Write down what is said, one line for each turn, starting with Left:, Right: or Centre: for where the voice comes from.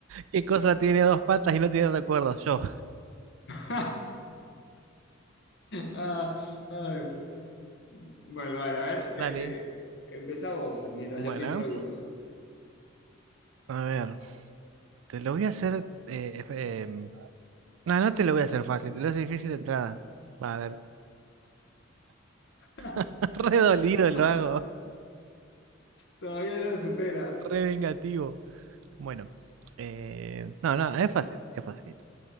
Right: ¿Qué cosa tiene dos patas y no tiene recuerdos? Yo.
Left: <laughs> Ah, ay. Bueno, vale, a ver, te,
Right: Dale.
Left: te... empezá vos mientras
Right: Bueno,
Left: yo pienso alguno.
Right: a ver, te lo voy a hacer... eh, es- em, no, no te lo voy a hacer fácil, te lo hace difícil de entrada. Va a ver,
Left: <laughs>
Right: <laughs> re dolido lo hago,
Left: Todavía no lo supera.
Right: re vengativo. Bueno, eh, no, no, es fácil, es facilito.